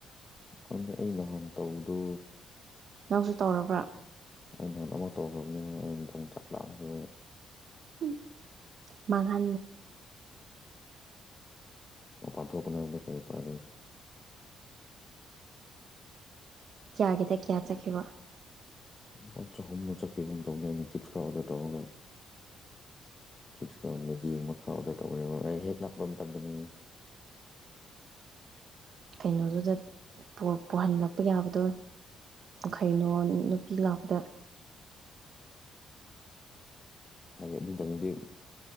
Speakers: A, on the left; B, on the right.
A: ꯀꯥꯟꯗ ꯑꯩ ꯅꯍꯥꯟ ꯇꯧꯕꯗꯣ
B: ꯅꯪꯁꯨ ꯇꯧꯔꯕ꯭ꯔꯥ
A: ꯑꯩ ꯅꯍꯥꯟ ꯑꯃ ꯇꯧꯈ꯭ꯔꯕꯅꯤ ꯑꯩꯩꯅ ꯃꯊꯪ ꯆꯥꯛ ꯂꯥꯛꯑꯝꯈꯕ
B: ꯎꯝ ꯃꯥꯕ
A: ꯑꯄꯥ ꯊꯄꯅꯦ ꯀꯩ ꯄꯅꯤ
B: ꯀꯌꯥꯒꯤꯗ ꯀꯌꯥ ꯆꯠꯈꯤꯕ
A: ꯕꯆꯥ ꯍꯣꯅ ꯆꯈꯤꯦꯒꯨꯝ ꯇꯧꯗ ꯑꯩꯅ ꯆꯤꯛꯀꯥ ꯑꯣꯗꯔ ꯇꯧꯔꯒ ꯆꯁꯀꯣꯝꯃꯤꯒꯤ ꯍꯥꯎ ꯑꯗꯨ ꯇꯧꯕꯅꯤ ꯑꯩ ꯍꯦꯛ ꯂꯥꯛꯄ ꯃꯇꯝꯗꯅꯤꯌꯦ
B: ꯀꯩꯅꯣꯗꯨꯗ ꯄꯍꯜꯂꯛꯄ ꯌꯥꯕꯗꯣ ꯀꯩꯅꯣ ꯅꯨꯄꯤ ꯉꯥꯛꯄꯗ
A: ꯍꯥꯏꯕ ꯗꯤ